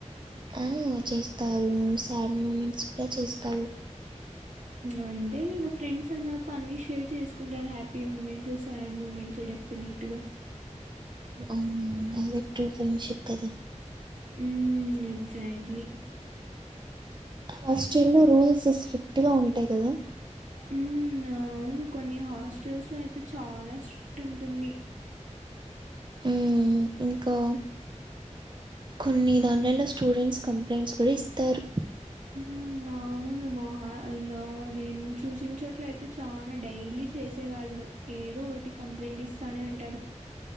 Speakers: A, on the right (about 40°); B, on the right (about 75°).
A: ఆ చేస్తారు సాడ్ మూమెంట్స్ కూడా చేస్తాలు
B: అంటే ఇంకా ఫ్రెండ్స్ అన్నాక అన్ని షేర్ చేస్కుంటారు హ్యాపీ మూమెంట్స్ సాడ్ మూమెంట్స్ డెఫినెట్గా
A: అవ్ను అదే ట్రూ ఫ్రెండ్షిప్ కద
B: ఉహ్ ఎక్జాక్ట్లీ
A: హాస్టలో రూల్స్ స్ట్రిక్ట్గా ఉంటాయి గదా
B: మ్మ్ అవ్ను కొన్ని హాస్టల్స్లో అయితే చాలా స్ట్రిక్టుంటుంది
A: మ్మ్ ఇంకా కొన్ని దాన్లలో స్టూడెంట్స్ కంప్లైంట్స్ కూడ ఇస్తారు
B: అవ్ను మోహ ఇంగా నేను చూసిన చోట్ల్తే చానా డైలీ చేసేవాళ్ళు ఏదో ఒటి కంప్లైంట్ ఇస్తానే ఉంటారు